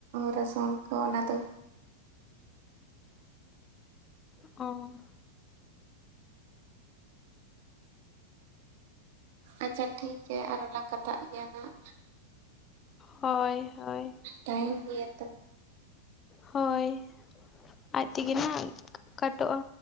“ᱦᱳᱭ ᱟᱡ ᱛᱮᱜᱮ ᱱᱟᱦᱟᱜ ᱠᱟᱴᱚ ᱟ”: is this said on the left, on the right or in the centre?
Left